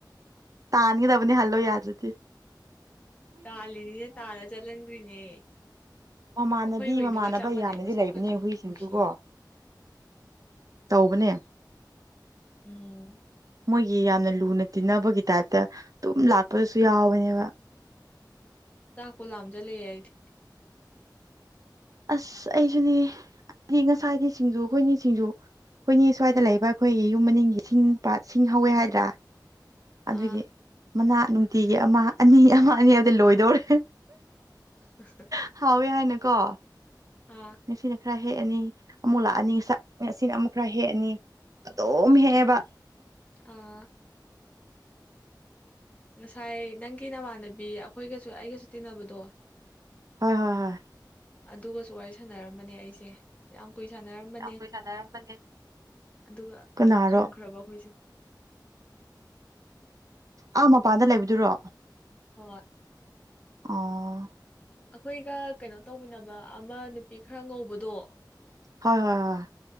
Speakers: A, on the right (about 50°); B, on the left (about 15°).
A: ꯇꯅꯤꯗꯕꯅꯤ ꯍꯥꯜꯂꯣ ꯌꯥꯗꯗꯤ
B: ꯇꯥꯜꯂꯤꯅꯤꯅꯦ ꯇꯥꯜꯂ ꯆꯠꯍꯟꯈ꯭ꯔꯤꯅꯦ
A: ꯃꯃꯥꯟꯅꯕꯤ
B: ꯑꯩꯈꯣꯏ ꯍꯨꯏꯗꯨꯒ
A: ꯃꯃꯥꯟꯅꯕ
B: ꯆꯞ ꯃꯥꯟꯅꯩ
A: ꯌꯥꯝꯅꯗꯤ
B: ꯃꯁꯛꯀꯗꯤ
A: ꯂꯩꯕꯅꯦ ꯍꯨꯏꯁꯤꯡꯗꯨꯀꯣ
B: ꯅꯨꯡꯁꯤ
A: ꯇꯧꯕꯅꯦ
B: ꯎꯝ
A: ꯃꯣꯏꯒꯤ ꯌꯥꯝꯅ ꯂꯨꯅ ꯇꯤꯟꯅꯕꯒꯤ ꯇꯥꯏꯞꯇ ꯑꯗꯨꯝ ꯂꯥꯛꯄꯗꯨꯁꯨ ꯌꯥꯎꯕꯅꯦꯕ
B: ꯆꯥꯛꯄꯣ ꯂꯥꯝꯖ ꯂꯩ ꯍꯥꯏꯗꯤ
A: ꯑꯁ ꯑꯩꯁꯨꯅꯤ ꯑꯩꯗꯤ ꯉꯁꯥꯏꯗꯤ ꯁꯤꯡꯖꯨ ꯑꯩꯈꯣꯏꯅꯤ ꯁꯤꯡꯖꯨ ꯍꯈꯣꯏꯅꯤ ꯁ꯭ꯋꯥꯏꯗ ꯂꯩꯕ ꯑꯩꯈꯣꯏꯒꯤ ꯌꯨꯝ ꯃꯅꯤꯡꯒꯤ ꯁꯤꯡ ꯄꯥꯠ ꯁꯤꯡ ꯍꯧꯋꯦ ꯍꯥꯏꯗ꯭ꯔꯥ ꯑꯗꯨꯒꯤ
B: ꯑꯥ
A: ꯃꯅꯥ ꯅꯨꯡꯇꯤꯒꯤ ꯑꯃ ꯑꯅꯤ ꯑꯃ ꯑꯅꯤ ꯑꯗꯨ ꯂꯣꯏꯗꯧꯔꯦ
B: ꯑ
A: ꯍꯥꯎꯋꯦ ꯍꯥꯏꯅꯀꯣ
B: ꯑ
A: ꯉꯁꯤꯅ ꯈꯔ ꯍꯦꯛꯑꯅꯤ ꯑꯃꯨꯛ ꯂꯥꯛꯑꯅꯤ ꯉ ꯉꯁꯤꯅ ꯑꯃꯨꯛ ꯈꯔ ꯍꯦꯛꯑꯅꯤ ꯑꯗꯣꯝꯍꯦꯕ
B: ꯑꯥ ꯉꯁꯥꯏ ꯅꯪꯒꯤ ꯅꯃꯥꯟꯅꯕꯤ ꯑꯩꯈꯣꯏꯒꯁꯨ ꯑꯩꯒꯁꯨ ꯇꯤꯟꯅꯕꯗꯣ
A: ꯍꯣꯏ ꯍꯣꯏ ꯍꯣꯏ
B: ꯑꯗꯨꯒꯁꯨ ꯋꯥꯔꯤ ꯁꯥꯟꯅꯔꯝꯕꯅꯦ ꯑꯩꯁꯦ ꯌꯥꯝ ꯀꯨꯏ ꯁꯥꯟꯅꯔꯝꯕꯅꯦ
A: ꯌꯥꯝ ꯀꯨꯏ ꯁꯥꯟꯅꯔꯝꯕꯅꯦ
B: ꯑꯗꯨꯒ
A: ꯀꯅꯥꯔꯣ
B: ꯑꯃꯨꯛ ꯊꯝꯈ꯭ꯔꯕ ꯑꯩꯈꯣꯏꯁ
A: ꯑꯥ ꯃꯄꯥꯟꯗ ꯂꯩꯕꯗꯨꯔꯣ
B: ꯍꯣꯏ
A: ꯑꯣ
B: ꯑꯩꯈꯣꯏꯒ ꯀꯩꯅꯣ ꯇꯧꯃꯤꯟꯅꯕ ꯑꯃ ꯅꯨꯄꯤ ꯈꯔ ꯉꯧꯕꯗꯣ
A: ꯍꯣꯏ ꯍꯣꯏ ꯍꯣꯏ